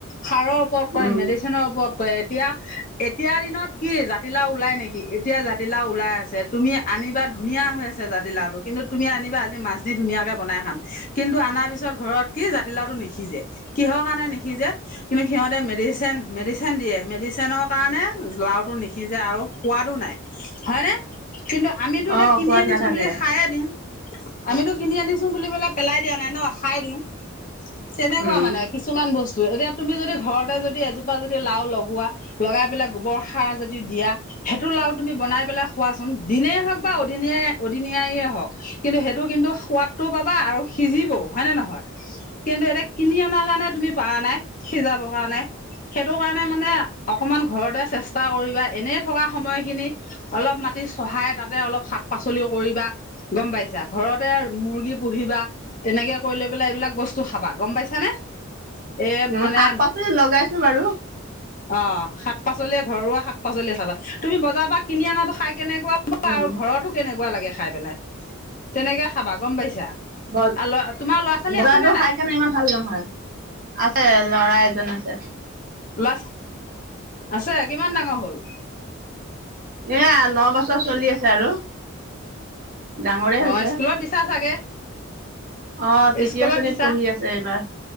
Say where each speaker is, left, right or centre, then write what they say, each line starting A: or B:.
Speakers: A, on the left (about 40°); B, on the right (about 45°).
A: সাৰৰ ওপৰত কৰে,
B: উম
A: মেডিচিনৰ ওপৰত কৰে। এতিয়া, এতিয়াাৰ দিনত কি জাতিলাও ওলাই নেকি এতিয়া জাতিলাও ওলাই আছে তুমি আনিবা। ধুনীয়া হৈ আছে জাতি লাওটো, কিন্তু তুমি আনিবা আজি মাছ দি ধুনীয়াকে বনাই খাম। কিন্তু অনাৰ পিছত ঘৰত কি জাতিলাওটো নিসিজে, কিহৰ কাৰণে নিসিজে, কিন্তু সিহতে মেডিচিন মেডিচিন দিয়ে, মেডিচিনৰ কাৰণে লাওটো নিসিজে আৰু সোৱাদো নাই, হয়নে? কিন্তু আমিতো
B: অ
A: এতিয়া কিনি
B: সোৱাদ
A: আনিছো
B: নাথাকে।
A: বুলি খাই দিম। আমিতো কিনি আনিছো বুলি পেলা পেলাই দিয়া নাই ন খাই দিওঁ তেনেকুৱা।
B: উম।
A: মানে কিছুমান বস্তু এতিয়া। তুমি যদি ঘৰতে যদি এজোপা যদি লাও লগোৱা লগাই পেলাই গোবৰ সাৰ যদি দিয়া সেইটো। তুমি বনাই পেলাই খোৱাচোন দিনেই হওঁক বা অদিন অদিনিয়াই হওঁক। কিন্তু সেইটো কিন্তু সোৱাদ। সোৱাদটোও পাবা আৰু সিজিবও হয় নে নহয়। কিন্তু, এতিয়া কিনি আনা কাৰণে তুমি পাৰা নাই সিজাবৰ কাৰণে সেইটো কাৰণে মানে। অকমান ঘৰতে চেষ্টা কৰিবা এনেই থকা সময়খিনি অলপ মাটি চহাই তাতে অলপ। শাক পাচলি কৰিবা গ'ম পাইছা, ঘৰতে মুৰ্গী পুহিবা। তেনেকে কৰি লৈ পেলাই এইবিলাক বস্তু খাবা গ'ম পাইছানে। এই
B: উম
A: মানে।
B: শাক পাচলি লগাইছো বাৰু।
A: অ' শাক পাচলি ঘৰুৱা শাক পাচলি খাবা, তুমি বজাৰৰ পৰা কিনি আনাতো খাই। কেনেকুৱা হয়
B: উম।
A: আৰু ঘৰতো কেনেকুৱা লাগে খাই পেলাই তেনেকে খাবা গ'ম পাইছা।
B: ব
A: আৰু তোমাৰ ল'ৰা ছোৱালী
B: বজাৰটো
A: আছে নে নাই
B: খাই কেনে ইমান ভাল। ভাল নহয় আছে ল'ৰা এজন আছে।
A: ল'ৰা আছে কিমান ডাঙৰ হ'ল।
B: এয়া ন বছৰ চলি আছে আৰু। ডাঙৰে হৈছে।
A: অ' স্কুলত দিছা চাগে।
B: অ' তৃতীয়
A: স্কুলত
B: শ্ৰেণীত
A: দিছা
B: পঢ়ি আছে এইবাৰ